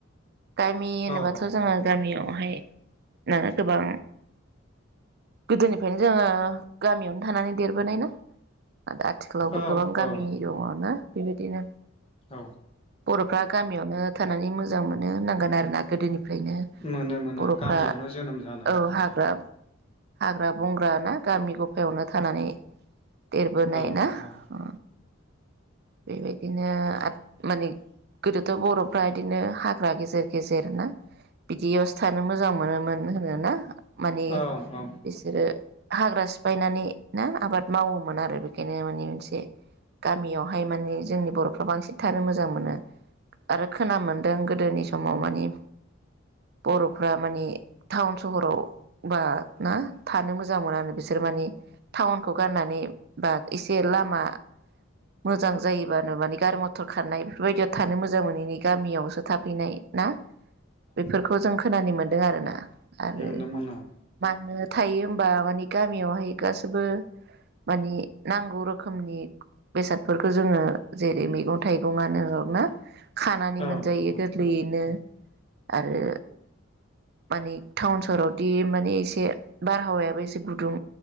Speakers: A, on the right (about 50°); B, on the left (about 30°).
A: गामि होनोबाथ
B: औ औ
A: जोङो गामियावहाय नोङो गोबां गोदोनिफ्रायनो जोङो गामियावनो थानानै देरबोनाय ना, आथिखालावबो
B: औ
A: गोबां गामि
B: औ
A: दङना बेबायदिनो
B: औ
A: बरफ्रा गामियावनो थानानै मोजां मोनो होननांगोन आरोना गोदोनि फ्रायनो
B: मोनो मोनो
A: बरफ्रा
B: गामियावनो जोनोम जानाय
A: औ
B: जाबाय
A: हाग्रा हाग्रा बंग्रा ना गामि ग फायावनो थानानै देरबोनाय
B: औ
A: ना
B: औ औ
A: ओ। बेबायदि नो माने गोदोथ बरफ्रा बिदिनो हा फ्रा गेजेर गेजेरनो बिदियावसो थानो मोजां मोनोमोन होनोना माने
B: औ औ
A: बिसोरो हाग्रा सिफायनानै ना आबाद मावोमोन आरो बेखायनो माने मोनसे गामियावहाय माने जोंनि बरफ्रा बांसिन थानो मोजां मोनो आरो खोना मोन्दों गो गोदोनि समाव माने बरफ्रा माने टाउन सहराव बा ना थानो मोजां मोनानो बिसोर माने टाउनखौ गारनानै बा इस र लामा मोजां जायोबानो माने गारि मथर खारनाय बेफोरबायदियाव थानो मोजां मोनैनि गामियावसो थाफैनाय ना बेफोरखौ जों खोनानो मोन दों आरोना आरो
B: मोनदोंमोन औ
A: मानो थायो होनबा मानि गामियावहाय गासैबो मानि नांगौ रोखोमनि बेसादफोरखौ जोङो जेरै- मैगं थाइगंआनो ना? खानानै
B: औ
A: मोनजायो
B: औ
A: बेनो आरो माने टाउन सहरावदि माने एसे बारहावायाबो एसे गुदुं